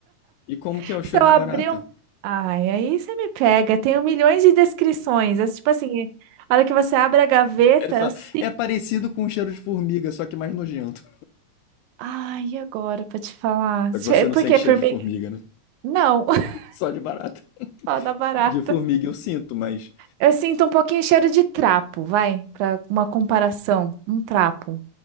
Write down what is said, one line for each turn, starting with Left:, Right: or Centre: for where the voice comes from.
Left: E como
Right: <laughs>
Left: que é o cheiro
Right: Se eu
Left: de
Right: abrir
Left: barata?
Right: um. Ai, aí você me pega. Tenho milhões de descrições. É tipo assim, a hora que você abre a gaveta,
Left: Ele fala,
Right: eu sinto.
Left: é parecido com o cheiro de formiga, só que mais nojento.
Right: Ai, e agora pra te falar?
Left: Só
Right: Che-
Left: que você não
Right: Por
Left: sente
Right: que
Left: cheiro
Right: formiga?
Left: de formiga, né?
Right: Não, <laughs>
Left: Só de barata.
Right: fala da barata.
Left: De formiga eu sinto, mas
Right: Eu sinto um pouquinho cheiro de trapo, vai, Pra uma comparação. Um trapo.